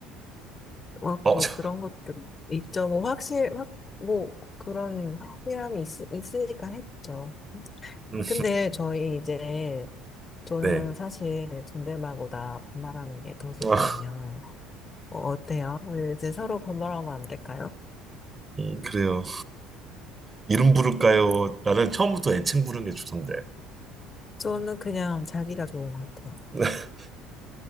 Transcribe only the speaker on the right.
어,
<laughs> 저-
음,
네.
아,
음, 그래요. 이름 부를까요? 나는 처음부터 애칭 부른 게 좋던데.
<laughs>